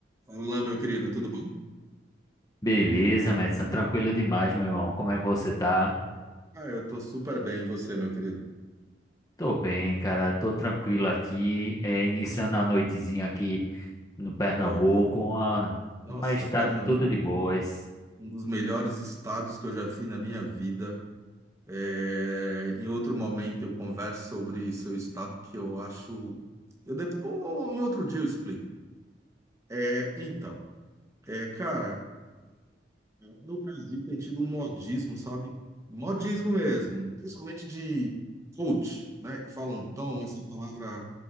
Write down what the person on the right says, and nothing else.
Olá, meu querido, tudo bom?
Ah, eu tô super bem, e você, meu querido?
Opa,
nossa,
Pernambuco,
um dos melhores estados que eu já fui na minha vida. É, Em outro momento eu converso sobre seu estado, que eu acho. Eu depois, em outro dia eu explico. É, então, é, cara, no Brasil tem tido um modismo, sabe? Modismo mesmo, principalmente de coach, né? Que falam tão, essa palavra